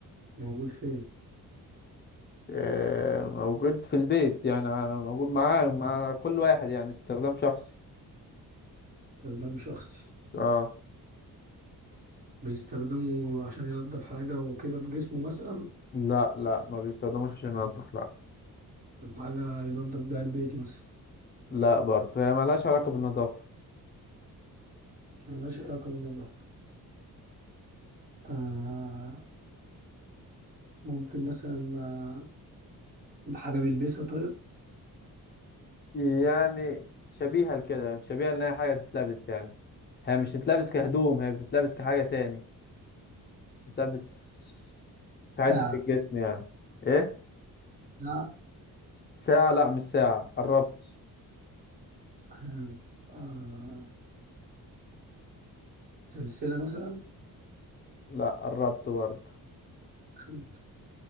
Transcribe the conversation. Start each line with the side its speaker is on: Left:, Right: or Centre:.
Right: موجود فين؟
Left: آه، موجود في البيت يعني آه، موجود مع مع كل واحد يعني استخدام شخصي
Right: استخدام شخصي
Left: اه
Right: بيستخدمه عشان ينضف حاجة وكده في جسمه مثلا
Left: لا لا ما بيستخدموش عشان ينضف لا
Right: طب حاجة ينضف بيها البيت مثلا
Left: لا برضه هي ملهاش علاقة بالنظافة
Right: ملهاش علاقة بالنظافة آه ممكن مثلا آه، بحاجة بيلبسها طيب
Left: يعني شبيهة لكده شبيهة ان هي حاجة تتلبس يعني هي مش تتلبس كهدوم هي بتتلبس كحاجة تاني تتلبس في حتة
Right: ساعة
Left: في الجسم يعني ايه
Right: ساعة
Left: ساعة لا مش ساعة قربت
Right: آه. آه، سلسلة مثلا
Left: لا قربت برضه
Right: خد-